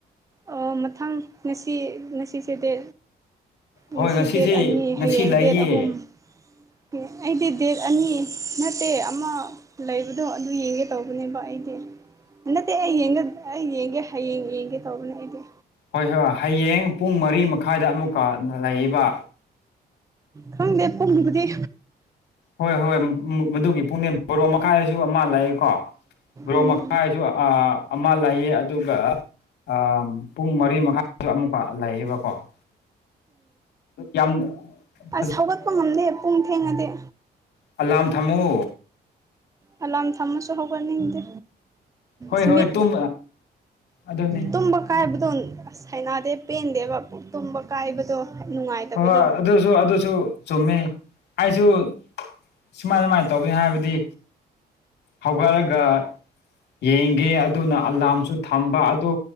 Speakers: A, on the right (about 20°); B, on the left (about 85°).
A: ꯑꯣ ꯃꯊꯪ ꯉꯁꯤ ꯉꯁꯤꯁꯦꯗꯤ ꯉꯁꯤ
B: ꯍꯣꯏ ꯉꯁꯤꯁꯦ
A: ꯗꯦꯠ ꯑꯅꯤ
B: ꯉꯁꯤ
A: ꯍꯌꯦꯡ
B: ꯂꯩꯌꯦ
A: ꯗꯦꯠ ꯑꯍꯨꯝ ꯑꯣꯀꯦ ꯑꯩꯗꯤ ꯗꯦꯠ ꯑꯅꯤ ꯅꯠꯇꯦ ꯑꯃ ꯂꯩꯕꯗꯣ ꯑꯗꯨ ꯌꯦꯡꯒꯦ ꯇꯧꯕꯅꯦꯕ ꯑꯩꯗꯤ
B: <unintelligible>
A: ꯅꯠꯇꯦ ꯑꯩ ꯑꯩ ꯌꯦꯡꯒꯦ ꯍꯌꯦꯡ ꯌꯦꯡꯒꯦ ꯇꯧꯕꯅꯦ ꯑꯩꯗꯤ
B: ꯍꯣꯏ ꯍꯣꯏ ꯍꯌꯦꯡ ꯄꯨꯡ ꯃꯔꯤ ꯃꯈꯥꯏꯗ ꯑꯃꯨꯛꯀ ꯂꯩꯕ
A: ꯈꯪꯗꯦ ꯄꯨꯡꯕꯨꯗꯤ
B: ꯍꯣꯏ ꯍꯣꯏ ꯃꯗꯨꯒꯤ ꯄꯨꯛꯅꯦ ꯕꯣꯔꯣꯛ ꯃꯈꯥꯏꯁꯨ ꯑꯃ ꯂꯩꯀꯣ ꯒ꯭ꯔꯣ
A: ꯎꯝ
B: ꯃꯈꯥꯏꯁꯨ ꯑꯃ ꯂꯩꯌꯦ ꯑꯗꯨꯒ ꯑ ꯄꯨꯡ ꯃꯔꯤ ꯃꯈꯥꯏꯁꯨ ꯑꯃꯨꯛꯀ ꯂꯩꯌꯦꯕꯀꯣ ꯑ ꯌꯥꯝ ꯐꯖꯩ
A: ꯑꯁ ꯍꯧꯒꯠꯄ ꯉꯝꯗꯦ ꯄꯨꯡ ꯊꯦꯡꯗ
B: ꯑꯂꯥꯝ ꯊꯝꯃꯨ
A: ꯑꯦꯂꯥꯔꯝ ꯊꯝꯃꯁꯨ ꯍꯧꯧꯒꯠꯅꯤꯡꯗꯦ....
B: ꯍꯣꯏ
A: ꯁꯃꯤ
B: ꯍꯣꯏ ꯇꯨꯝ ꯑꯗꯨꯅꯤ
A: ꯇꯨꯝꯕ ꯀꯥꯏ ꯑꯗꯣꯟ ꯑꯁ ꯍꯥꯏꯥꯏꯅꯥꯗꯦ ꯄꯦꯟꯗꯦꯕꯛ ꯇꯨꯝꯕ ꯀꯥꯏꯕꯗꯣ ꯅꯨꯡꯉꯥꯏꯇꯕꯗꯣ
B: ꯍꯣꯏ ꯍꯣꯏ ꯑꯗꯨꯁꯨ ꯑꯗꯨꯁꯨ ꯆꯨꯝꯃꯦ ꯑꯩꯁꯨ ꯁꯨꯃꯥꯏ ꯁꯃꯥꯏꯅ ꯇꯧꯒꯅꯤ ꯍꯥꯏꯕꯗꯤ ꯍꯧꯒꯠꯂꯒ ꯌꯦꯡꯒꯦ ꯑꯗꯨꯅ ꯑꯂꯥꯝꯁꯨ ꯊꯝꯕ ꯑꯗꯨ